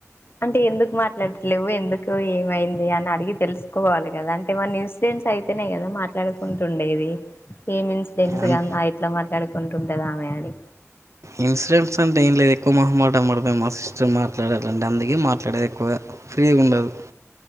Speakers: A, on the left; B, on the right.
A: అంటే ఎందుకు మాట్లాడట్లేవు ఎందుకు ఏమైంది అని అడిగి తెలుసుకోవాలి కదా అంటే వన్ ఇన్స్ ఫిక్స్ అయితేనే కదా మాట్లాడుకుంటుండేది ఏమి ఇన్సిడెంట్స్
B: అన్
A: కద ఇట్లా మాట్లాడుకుంటుండదా పోయాలి
B: ఇన్సిడెంట్స్ అంటే ఎం లేదేక్కువ మొహమాటం పడుతుంది మా సిస్టర్ మాట్లాడాలంటే అందుకే మాట్లాడేది ఎక్కువగా ఫ్రీగా ఉండదు